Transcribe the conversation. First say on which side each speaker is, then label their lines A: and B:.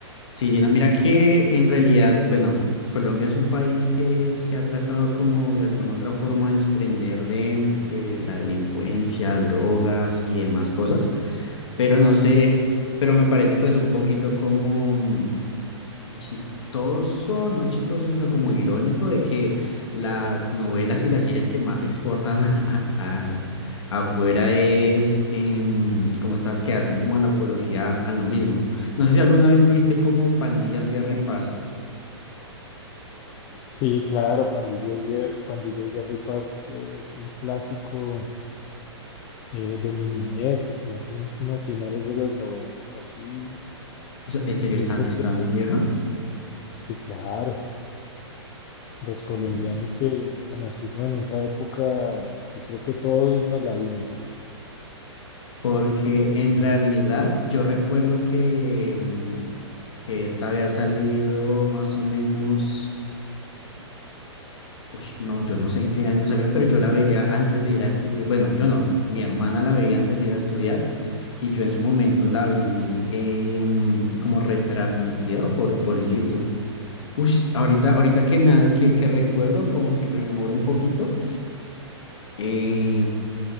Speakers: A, on the left; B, on the left.
A: Sí, no, mira que en realidad, bueno, Colombia es un país que se ha tratado como de alguna otra forma de desprender de, de la delincuencia, drogas y demás cosas, pero no sé, pero me parece pues un poquito como, chistoso, no chistoso, sino como irónico de que las novelas y las series que más exportan <laughs> a- a- afuera es em, como estas que hacen como la apología a lo mismo. No sé si alguna vez viste como Pandillas, Guerra y Paz.
B: Sí, claro, Pandilla y, Guer- Pandilla Guerra y Paz eh, fue un clásico eh, de mi niñez, más o menos como de finales de los 90 o así.
A: O sea, ¿En serio
B: Yo
A: es tan,
B: creo
A: es
B: que
A: tan vieja?
B: sí, claro, los colombianos
A: Mira,
B: que, que nacimos en esa época, yo creo que todos nos la vimos.
A: porque en
B: Fue-
A: realidad yo recuerdo que, em, que esta había salido más o menos Uy, no, yo no sé en qué año salió, pero yo la veía antes de ir a estudiar. Bueno, yo no, mi hermana la veía antes de ir a estudiar y yo en su momento la vi em, como retransmitida por, por YouTube. Ush, ahorita, ahorita que, me, ha- que, que recuerdo, como que rememoro un poquito, eh,